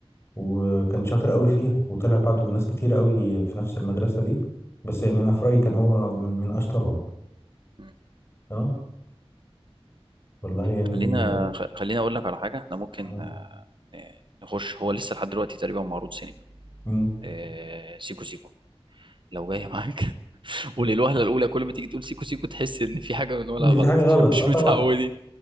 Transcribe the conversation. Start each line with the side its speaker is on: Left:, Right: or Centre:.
Left: وكان شاطر قوي فيها وطلع بعده ناس كتير قوي في نفس المدرسه دي بس يعني انا في رايي كان هو من, من اشطرهم
Right: مم.
Left: اه والله يعني
Right: خلينا
Left: آه،
Right: خ- خلينا أقول لك على حاجة احنا ممكن
Left: آه،
Right: آه، ن- نخش هو لسه لحد دلوقتي تقريبا معروض سينما
Left: مم.
Right: آه، سيكو سيكو لو جاية معاك وللوهلة الأولى كل ما تيجي تقول سيكو سيكو تحس إن في حاجة بنقولها
Left: ان
Right: غلط
Left: في حاجه غلط
Right: <laughs> عشان مش
Left: اه طبعا
Right: متعودين